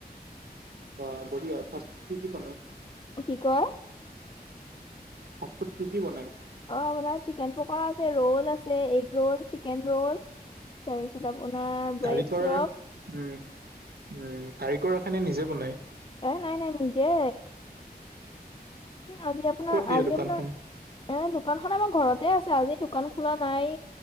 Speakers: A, on the right (about 70°); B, on the left (about 30°).
A: বা বঢ়িয়া ফাষ্ট ফুড কি কি বনাই?
B: কি কয়
A: ফাষ্ট ফুড কি কি বনাই?
B: অ', আপোনাৰ চিকেন পকৰা আছে, ৰ'ল আছে, এগ ৰোল, চিকেন ৰ'ল তাৰপিছত আপোনাৰ
A: কাৰিকৰ
B: ব্ৰেড চপ।
A: উম, উ, কাৰিকৰ ৰাখে নে নিজে বনাই?
B: এ নাই নাই নিজে। আজি আপোনাৰ
A: ক'ত দিয়ে
B: আজি
A: দোকানখন?
B: আপোনাৰ এ দোকানখন আমাৰ ঘৰতে আছে আজি দোকান খোলা নাই।